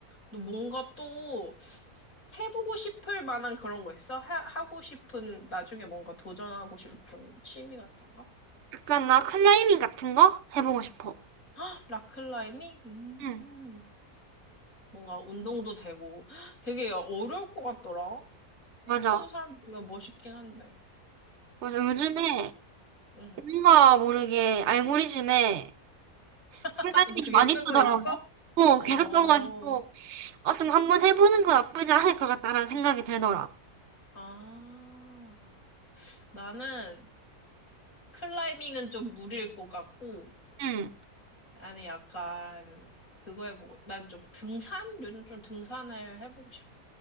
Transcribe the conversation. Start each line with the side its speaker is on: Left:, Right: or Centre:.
Left: 너 뭔가 또 해보고 싶을 만한 그런 거 있어? 하, 하고 싶은, 나중에 뭔가 도전하고 싶은 취미 같은 거?
Right: 약간 나 클라이밍 같은 거 해보고 싶어.
Left: 헉, 락클라이밍?
Right: 응,
Left: 음, 뭔가 운동도 되고 헉, 되게 어려울 것 같더라. 난
Right: 맞아.
Left: 하는 사람 보면 멋있긴 한데.
Right: 맞아. 요즘에
Left: 응.
Right: 뭔가 모르게 알고리즘에
Left: <laughs>
Right: 클라이밍이
Left: 뭐 그게
Right: 많이
Left: 뜨고
Right: 뜨더라고.
Left: 있어?
Right: 어,
Left: 어.
Right: 계속 떠가지고 어, 좀 한번 해보는 건 나쁘지 않을 것 같다라는 생각이 들더라.
Left: 아. 나는 클라이밍은 좀 무리일 것 같고
Right: 응,
Left: 나는 약간, 그거 해보고, 난 좀 등산? 요즘 좀 등산을 해보고 싶어.